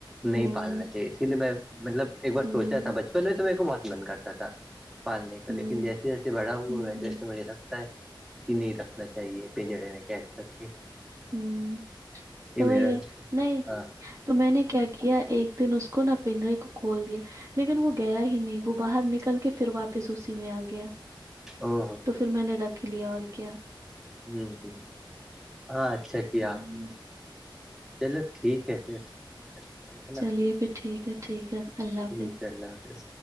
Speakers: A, in the centre; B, on the right.
A: نہیں
B: ہوں
A: پالنا چاہیے اسی لیے میں مطلب ایک بار
B: ہوں
A: سوچا تھا بچپن میں تو میرے کو بہ من کرتا تھا پالنے کا
B: ہوں
A: لیکن جیسے جیسے بڑا ہوا
B: ہوں
A: ویسے
B: ہوں
A: ویسے مجھے لگتا ہے کہ نہیں رکھنا چاہیے پنجڑے میں قید کر کے
B: ہوں
A: یہ
B: تو
A: میرا
B: وہی ہے نہیں
A: ہاں
B: تو میں نے کیا کیا ایک دن اس کو نہا پنڈرے کو کھول دیا لیکن وہ گیا ہی نہیں وہ باہر نکل کے پھر واپس اسی میں آ گیا
A: ہاں ہاں
B: تو پھر میں نے رکھ لیا اور کیا
A: ہ ہ ہاں اچھا
B: ہوں،
A: کیا آپ نے چلو ٹھیک ہے پھر کرتے ہیں نا
B: چلیے پھر ٹھیک ہے ٹھیک ہے اللہ
A: ٹھیک
B: حافظ
A: ہے اللہ حافظ